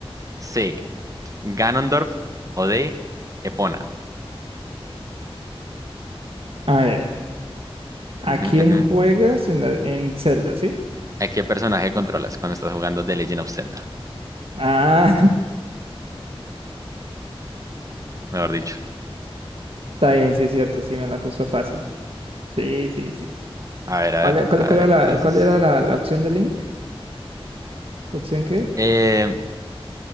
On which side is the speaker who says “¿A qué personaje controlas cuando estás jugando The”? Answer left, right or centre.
Right